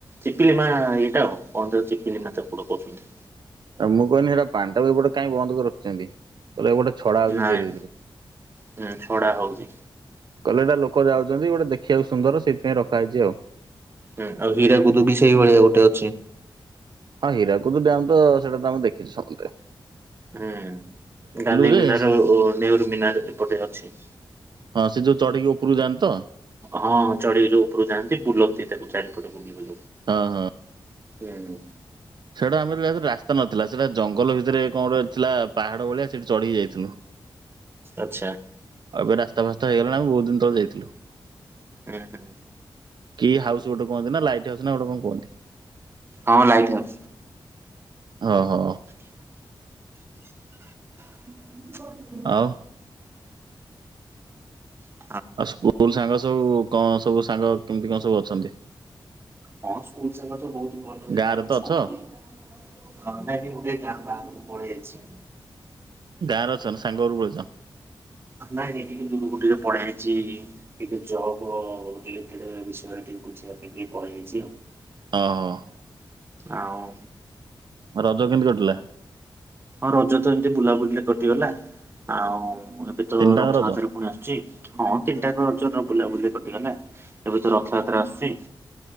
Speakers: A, on the right (about 25°); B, on the right (about 60°).
A: ଚିପିଲି ମା ଏଇଟା ଆଉ କଣ ଯ ଚିପିଲି ମା କଡ କହୁଛନ୍ତି
B: ତ ମୁଁ କହିନି ହେଟା ପାଣି ଟା ବି ଏପଟେ କାଇହିଁ ବନ୍ଦ କରି ରଖିଛନ୍ତି? କହିଲେ ଏପଟେ ଛଡା ହଉଛି,
A: ନାଇଁ
B: ଧୀରେ ଧୀରେ।
A: ହୁଁ ଛଡା ହଉଛି
B: କହିଲେ ଏଟା ଲୋକ ଯାଉଛନ୍ତି ଗୋଟେ ଦେଖିବାକୁ ସୁନ୍ଦର, ସେଇଥିପାଇଁ ରଖା ହେଇଛି ଆଉ।
A: ହୁଁ ଆଉ ହୀରାକୁୁଦୁ ବି ସେଇଭଳିଆ ଗୋଟେ ଅଛି।
B: ହଁ ହୀରାକୁଦୂ ଡ୍ୟାମ୍ ତ ସେଟା ତ ଆମେ ଦେଖିଛୁ ସାମୁଦାୟି।
A: ହୁଁ ଗାନ୍ଧୀ
B: ଯେ
A: ମିନାର
B: ସେ
A: ଓ ନେହରୁ ମିନାର ଏପଟେ ଅଛି।
B: ହଁ ସେ ଯୋଉ ଚଢ଼ିକି ଉପରକୁ ଯାନ୍ତି ତ?
A: ହଁ ଚାଢିକି ଯୋଉ ଉପରୁକୁ ଯାଆନ୍ତି, ବୁଲନ୍ତି ତାକୁ ଚାରିପଟ କୁଣ୍ଡିବ
B: ହଁ ହଁ।
A: ହୁଁ।
B: ସେଇଟା ଆମେ ଯେତେବେଳେ ଯାଇଥିଲୁ ରାସ୍ତା ନଥିଲା। ସେଇଟା ଜଙ୍ଗଲ ଭିତରେ କଣ ଗୋଟେ ଥିଲା ପାହାଡ ଭଳିଆ ସେଇଠି ଚଢିକି ଯାଇଥିଲୁ।
A: ଆଛା।
B: ଆଉ ଏବେ ରାସ୍ତା ଫାସ୍ତା ହେଇଗଲାଣି ଆମେ ବୋହୁତ୍ ଦିନ ତଳେ ଯାଇଥିଲୁ।
A: ହୁଁ ହୁଁ
B: କି ହାଉସ୍ ଗୋଟେ କହନ୍ତି ନା ଲାଇଟ ହାଉସ୍ ନା ଗୋଟ କଣ କହନ୍ତି?
A: ହଁ ଲାଇଟ୍ ହାଉସ୍।
B: ଓ ହୋ।
A: <inaudible>
B: ଆଉ।
A: ହ
B: ଆଉ ସ୍କୁଲ ସାଙ୍ଗ ସବୁ କଣ ସବୁ ସାଙ୍ଗ କେମିତି କଣ ସବୁ ଅଛନ୍ତି?
A: ହଁ ସ୍କୁଲ ସାଙ୍ଗ ତ ବୋହୁତ୍ ଭଲରେ
B: ଗାଁରେ
A: ହିଁ ଅଛନ୍ତି।
B: ତ ଅଛ
A: ଥଣ୍ଡାରି ଗୋଟେ ଗାଁ ବାହାରହାରକୁ ପଳେଇ ଆସିଛି।
B: ଗାଁରେ ଅଛ ନା ସାଙ୍ଗ ଘରକୁ ପଳେଇଛ?
A: ନାଇଁ ଏଠିକି ଦୁରକୁ ଟିକେ ପଳେଇଆଇଛି। ଟିକେ ଜବ ରେଲେଟେଡ ବିଷୟରେ ଟିକେ ବୁଝିବା ପାଇଁ କି କହିଦେଇଛି ଆଉ।
B: ଓହୋ।
A: ଆଉ।
B: ରଜ କେମିତି କଟିଲା?
A: ହଁ ରଜ ତ ଏମତି ବୁଲାବୁଲିରେ କଟିଗଲା ଆଉ ଏବେ ତ
B: ତିନିଟାଙ୍କ
A: ରଥ
B: ରଜ?
A: ଯାତ୍ରା ପୁଣି ଆସୁଛି। ହଁ ତିନିଟା କ ରଜ ବୁଲାବୁଲିରେ କଟିଗଲା। ଏବେ ତ ରଥଯାତ୍ରା ଆସୁଛି।